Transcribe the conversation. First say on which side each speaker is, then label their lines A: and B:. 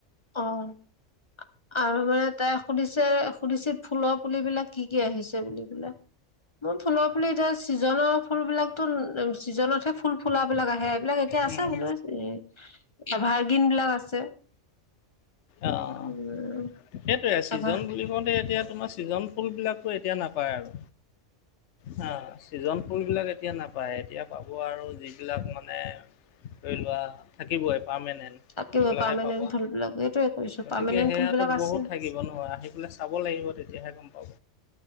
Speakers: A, on the left; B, on the left.
A: অহ, আৰু মানে তাই সুধিছে সুধিছে ফুলৰ পুলিবিলাক কি- কি আহিছে বুলি পেলাই মোৰ ফুলৰ পুলি এতিয়া চিজনৰ ফুলবিলাকতো চিজনতহে ফুল -ফুলাবিলাক আহে এইবিলাক এতিয়া আছে
B: উম
A: বোলো এ' এভাৰ্গিন বিলাক আছে।
B: অহ,
A: উম,
B: সেইটোৱে চিজন
A: এভাৰ
B: বুলি কওঁতে এতিয়া- তোমাৰ ছিজন ফুলবিলাকতো এতিয়া নাপায় আৰু হা ছিজন ফুলবিলাক এতিয়া নাপায় এতিয়া পাব আৰু যিবিলাক মানে ধৰি লোৱা থাকিবই পাৰমেনেণ্ট
A: তাতকে
B: সেইবিলাকহে
A: পাৰ্মানেন্ট
B: পাবা
A: ফুলবিলাক সেইটোয়ে কৈছো
B: গতিকে
A: পাৰ্মানেন্ট
B: সেয়াটো
A: ফুলবিলাক আছে
B: বহুত থাকিব নহয় আহি পেলাই চাব লাগিব তেতিয়াহে গম পাব।